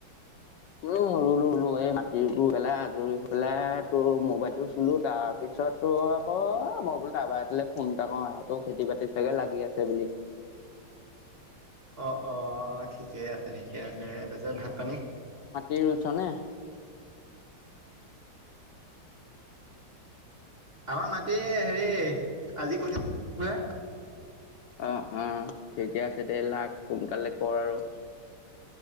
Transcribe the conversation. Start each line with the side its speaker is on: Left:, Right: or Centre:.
Left: উম' ৰুলো-ৰুলো এই মাটি ৰুই পেলাই আজৰি হৈ পেলাই তোৰ মোবাইলটো চুলোঁ তাৰপিছত তোৰ আকৌ বোলো কাৰোবাৰ এটালৈ ফোন এটা কৰোঁ সিহঁতেও খেতি-বাতিত চাগে লাগি আছে বুলি।
Right: অহ', অহ' ঠিকেই আছে, ঠিকে আছে। তাৰপিছত ভাত পানী
Left: এই ৰৈছ নে
Right: আমাৰ মাটি হেৰি আজি কঠো হে
Left: অ অ ঠিকে আছে দে লাাক সোনকালে কৰ আৰু